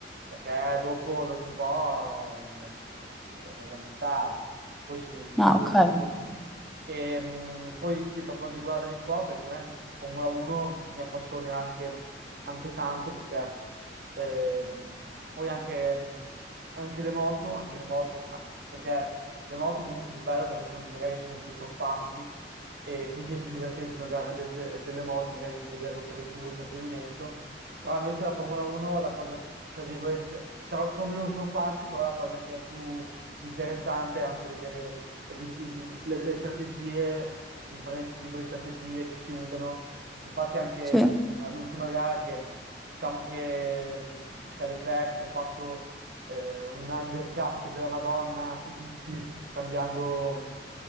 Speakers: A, on the right; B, in the centre.
A: perché dopo, dopo un po' eh, cioè, sì, è da buttare, poi si,
B: Ah,
A: poi
B: ok.
A: si usurano. E, mh, poi sì, per quanto riguarda gli sport, anche a me Formula 1 mi appassiona anche anche tanto perché ehm, poi anche, anche le moto, anche le moto, ah, perché le moto comunque è più belle perché sono- magari sono più sorpassi e quindi è più divertente una gara de- de- delle moto, magari vederlo per il puro intrattenimento, però invece la Formula 1 la cosa, tra virgolette, sa- sono meno sorpassi, però la cosa che è più interessante anche vedere le, di- i- le- le strategie, i differenti tipi di strategie che si usano. Infatti anche
B: Sì.
A: mh, all'ultima gara che diciamo che mh, c'è Leclerc che ha fatto eh, un undercut della Madonna su tutti cambiando,